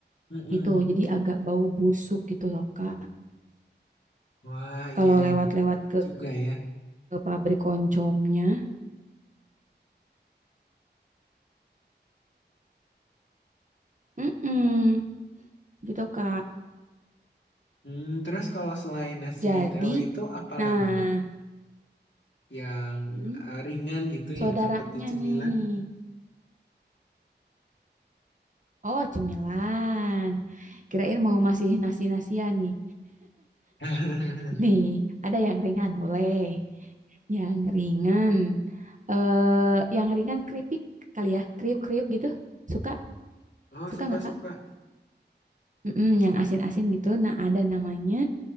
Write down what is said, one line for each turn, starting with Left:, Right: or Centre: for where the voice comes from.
Left: Mm-mm.
Right: gitu. Jadi agak bau busuk gitu loh, Kak.
Left: Wah
Right: Kalau
Left: iya
Right: lewat-lewat
Left: iya
Right: ke,
Left: juga ya.
Right: ke pabrik oncomnya, mm-mm, gitu, Kak.
Left: Hmm, terus kalau selain nasi
Right: Jadi,
Left: teo itu apa
Right: nah,
Left: lagi? yang
Right: mm,
Left: eh, ringan gitu,
Right: saudaranya
Left: yang seperti cemilan.
Right: nih, oh cemilan. Kirain mau masih nasi-nasian nih.
Left: <laughs>
Right: Nih, ada yang ringan, boleh. Yang ringan, eh yang ringan keripik kali ya, kriuk-kriuk gitu. Suka,
Left: Oh, suka-suka.
Right: suka nggak, Kak? Mm-mm, yang asin-asin gitu. Nah, ada namanya